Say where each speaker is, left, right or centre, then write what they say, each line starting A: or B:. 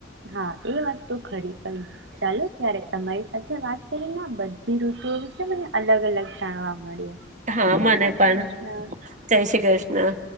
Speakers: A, on the right; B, on the right.
A: હા એ વાત તો ખરી કહિ ચાલો ત્યારે તમારી સાથે વાત કરીણ બધી રુતુઓ વિશે મને અલગ અલગ જાણવા મળ્યું.
B: હા
A: જય
B: મને
A: શ્રી
B: પણ
A: કૃષ્ણ
B: જય શ્રી કૃષ્ણ.